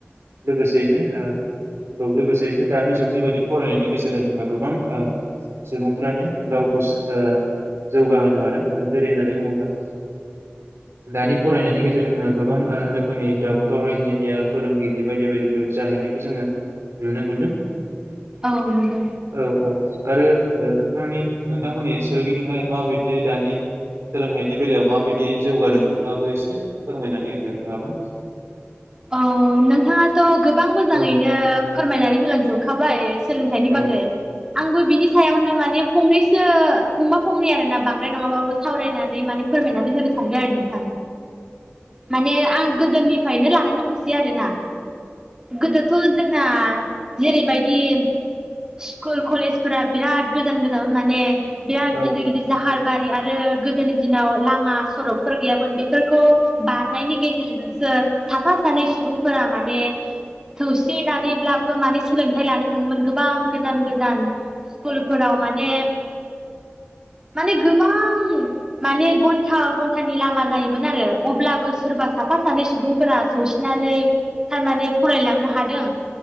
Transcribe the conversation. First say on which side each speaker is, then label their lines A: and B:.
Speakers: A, on the right; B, on the right.
A: लोगोसेयैनो ओ औ लोगोसेयैनो दानि जुगनि बायदि फरायनायनि गेजेरजों जोंहा गोबां ओह सुबुंफ्रानो गावखौ ओ जौगाहोनो हादों जेरै होननानै बुङोब्ला दानि फरायनायनि गेजेरजों जों ओ गोबां रोखोमनि डक्टर इन्जिनियार फोरोंगिरि बायदि बायदिफोर जाहैनायखौ जोङो नुनो मोनदों।
B: औ नंगौ
A: औ औ आरो नोंथांनि नोंथांमोननि सोरगिदिंहाय माबायदि दानि सोलोंथाइनि बेलायाव माबायदि जौगादों नोंथाङाबो एसे फोरमायनानै होदों नोंथाङाबो?
B: औ नोंथाङाथ' गोबां मोजाङैनो
A: औ
B: फोरमायनानै हो लांजोबखाबाय सोलोंथाइनि
A: औ
B: बागै आंबो बिनि सायावनो माने फंनैसो फंबा फंनै आरो ना बांद्रायराय नङाब्लाबो सावरायनानै माने फोरमायनानै होनो सानदों आरो नों माने आं गोदोनिफ्रायनो ला <unintelligible> सि आरोना गोदथ' जों ना जेरैबायदि स्कुल कलेजफोरा बिराद गोजान गोजानाव माने बिराद
A: औ
B: गिदिर गिदिर जाहार बार रि आरो गोदोनि दिनाव लामा सरकफोर गैयामोन बेफोरखौ बारनायनि गेजेरजोंसो साफा सानै सुबुंफोरा माने सौसिनानैब्लाबो माने सोलोंथाइ लानो थाङोमोन गोबां गोजान गोजान स्कुलफोराव माने माने गोबां माने घन्टा घन्टानि लामा जायोमोन आरो अब्लाबो सोरबा साफा सानै सुबुंफोरा सौसिनानै थारमाने फरायलांनो हादों